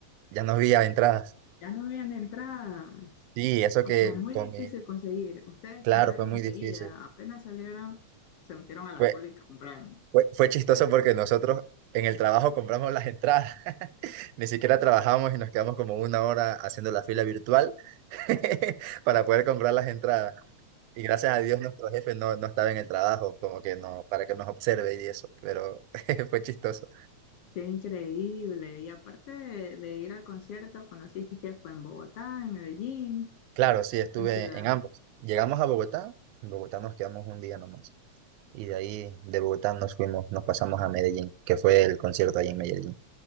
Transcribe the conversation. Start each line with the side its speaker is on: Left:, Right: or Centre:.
Right: ya no había entradas.
Left: Ya no habían entradas.
Right: Sí, eso que
Left: O sea, muy
Right: con
Left: difícil
Right: mi,
Left: conseguir. Ustedes
Right: claro,
Left: compraron
Right: fue muy
Left: enseguida.
Right: difícil.
Left: Apenas salieron, se metieron a la
Right: Fue,
Left: cola y compraron.
Right: fue, fue chistoso porque nosotros en el trabajo compramos las entradas, <laughs> ni siquiera trabajamos y nos quedamos como una hora haciendo la fila virtual <laughs> para poder comprar las entradas. Y gracias a Dios nuestro jefe no, no estaba en el trabajo, como que no, para que nos observe y eso, pero <laughs> fue chistoso.
Left: Qué increíble. Y aparte de, de ir al concierto, conociste que fue en Bogotá, en Medellín.
Right: Claro, sí, estuve
Left: ¿Qué ciudad?
Right: en ambos. Llegamos a Bogotá, en Bogotá nos quedamos un día nomás. Y de ahí, de Bogotá, nos fuimos, nos pasamos a Medellín, que fue el concierto allí en Medellín.